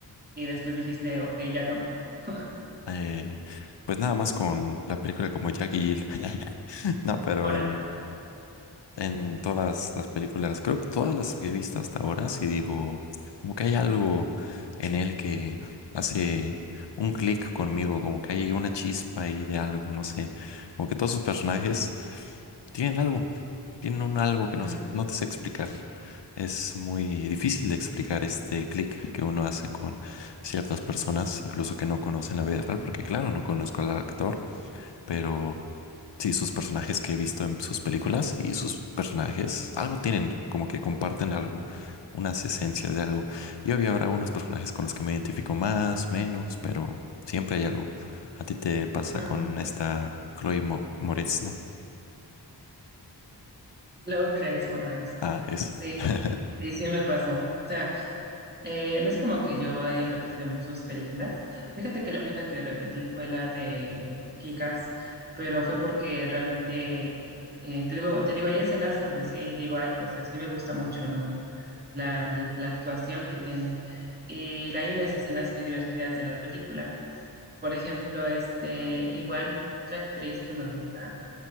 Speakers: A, on the right; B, on the left.
A: y después dijiste, ok, ya no, <laughs>
B: Eh, pues nada más con la película como Jack y Jill. <laughs> No, pero
A: ahora.
B: en, en todas las películas, creo que todas las que he visto hasta ahora, si digo, como que hay algo en él que hace un clic conmigo, como que hay una chispa ahí de algo, no sé, como que todos sus personajes tienen algo, tienen un algo que no
A: Ujú,
B: sé- no te sé explicar. Es muy difícil de explicar este clic que uno hace con ciertas personas, incluso que no conocen la vida real, porque claro, no conozco al actor, pero Sí, sus personajes que he visto en sus películas y sus personajes algo tienen, como que comparten algo, unas esencias de algo. Y obvio habrá unos personajes con los que me identifico más, menos, pero siempre hay algo. A ti te pasa
A: ujú.
B: con esta Chloe Mo- Moretz, ¿no?
A: Low Grace Moretz.
B: Ah, es.
A: Sí,
B: <laughs>
A: sí, sí me pasó. O sea, eh, no es como que yo haya repetido muchas películas. Fíjate que la única que repetí fue la de Kikas, pero fue porque realmente, eh, te digo, te digo, hay escenas donde sí digo, ay, o sea, sí me gusta mucho, ¿no? la, la actuación que tiene. Y hay unas escenas muy divertidas de la película. Por ejemplo, este, igual otra actriz que me gusta.